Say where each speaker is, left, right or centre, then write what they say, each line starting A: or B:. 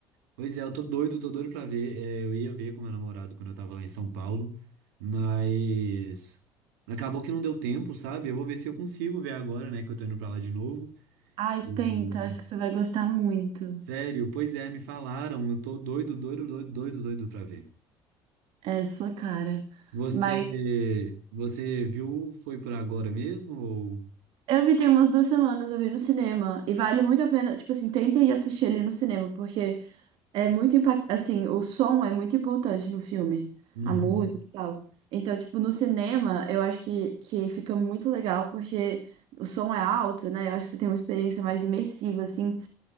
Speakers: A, on the right; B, on the right.
A: Pois é, eu tô doido, tô doido pra ver. É, eu ia ver com meu namorado quando eu tava lá em São Paulo, mas acabou que não deu tempo, sabe? Eu vou ver se eu consigo ver agora, né, que eu tô indo pra lá de novo.
B: Ai,
A: E,
B: tenta, acho que você vai gostar muito.
A: sério, pois é, me falaram, eu tô doido, doido, doido, doido, doido pra ver.
B: É sua cara.
A: Você,
B: Mas
A: você viu, foi por agora mesmo ou...
B: eu vi tem umas duas semanas, eu vi no cinema. E vale muito a pena, tipo assim, tenta ir assistir ele no cinema, porque É muito impactante, assim, o som é muito importante no filme,
A: Uhum.
B: a música e tal. Então, tipo, no cinema, eu acho que, que fica muito legal porque o som é alto, né? Eu acho que você tem uma experiência mais imersiva, assim.